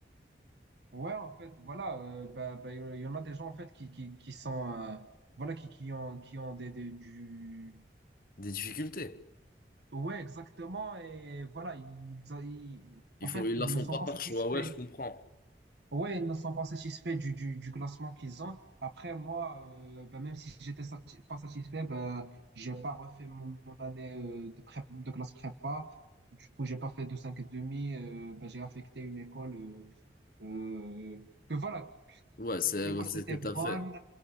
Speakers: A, on the right (about 75°); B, on the left (about 50°).
A: ouais, en fait, voilà, euh, bah, bah, il y en il y en a des gens en fait qui, qui, qui sont, euh, voilà, qui, qui ont, qui ont des, des- du...
B: Des difficultés.
A: Ouais, exactement, et voilà, ils, ils-
B: Ils
A: en
B: font,
A: fait,
B: ils
A: ils
B: la font
A: ne sont
B: pas
A: pas
B: par
A: satisfaits
B: choix. Ouais, je comprends.
A: Ouais, ils ne sont pas satisfaits du, du, du classement qu'ils ont. Après, moi, euh, ben, même si j'étais sati- pas satisfait, ben, j'ai pas refait mon, mon année euh, de, prép- de classe prépa. Du coup, j'ai pas fait de 5,5. Euh, ben, j'ai affecté une école euh, euh, que voilà,
B: Ouais, c'est,
A: L'école,
B: ouais, c'est
A: c'était
B: ce que t'as
A: bonne.
B: fait.